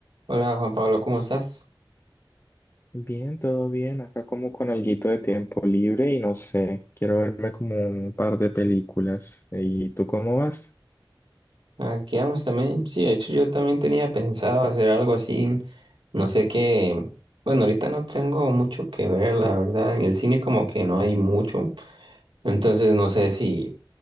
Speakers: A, on the right; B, on the left.
A: Hola Juan Pablo, ¿cómo estás?
B: Bien, todo bien. Acá como con alguito de tiempo libre y no sé, quiero verme como un par de películas. ¿Y tú cómo vas?
A: Aquí vamos también. Sí, de hecho yo también tenía pensado hacer algo así, no sé qué. Bueno, ahorita no tengo mucho que ver, la verdad. En el cine como que no hay mucho. Entonces no sé si